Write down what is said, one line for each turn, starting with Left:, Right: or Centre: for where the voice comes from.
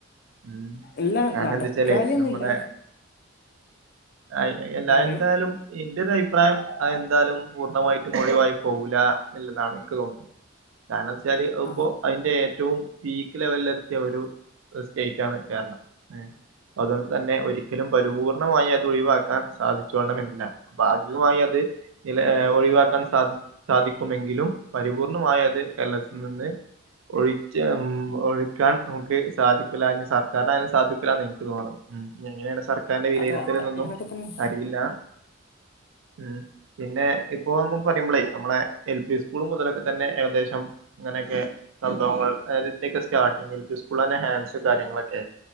Right: ഉം
Left: ഇല്ല
Right: കാരണം
Left: നടക്കായൊന്നുല്ല
Right: എന്താച്ചാലേ നമ്മളെ അയ് എല്ലാ
Left: പറയൂ
Right: എന്തായാലും എന്റെ ഒരു അഭിപ്രായം എന്താലും പൂർണ്ണമായി ട്ടും ഒഴിവായി പോകൂലാള്ളതാണ് എനിക്ക് തോന്നുന്നത് കാരണംച്ചാല് അത് ഇപ്പോ
Left: ആഹ്
Right: അതിന്റെ ഏറ്റവും പീക്ക് ലെവലില് എത്തിയ ഒരു സ്റ്റേറ്റ് ആണ് കേരളം അതുകൊണ്ട് തന്നെ ഒരിക്കലും പരിപൂർണമായി അത് ഒഴിവാക്കാൻ സാധിച്ചോണമെന്നില്ല ഭാഗികമായി അത് ചെല ഏഹ് ഒഴിവാക്ക ക്കാൻ സാധി സാധിക്കുമെങ്കിലും പരിപൂർണമായി അത് കേരളത്തിൽ നിന്ന് ഒഴിച്ച് ഉം ഒഴിക്കാൻ നമുക്ക് സാധിക്കൂല്ല ഇഞ്ഞി സർക്കാരിനായാലും സാധിക്കൂല്ല എന്ന് എനിക്ക് തോന്നുന്നത് എങ്ങനെയാണ് സർക്കാരിന്റെ വിലയിരുത്തലൊന്നും
Left: അതാ അങ്ങനൊക്കെ തന്നെ
Right: അറിയില്ല ഉം പിന്നെ ഇപ്പൊ നമ്മ പറയുമ്പളെ നമ്മളെ എൽ പി സ്കൂൾ മുതലൊക്കെ തന്നെ ഏകദേശം അങ്ങനെയൊക്കെ സംഭവങ്ങൾ അതായത് ഇന്റൊക്കെ സ്റ്റാർട്ടിങ് എൽ പി സ്കൂളിലെന്നെ ഹാൻസ് കാര്യങ്ങളൊക്കെ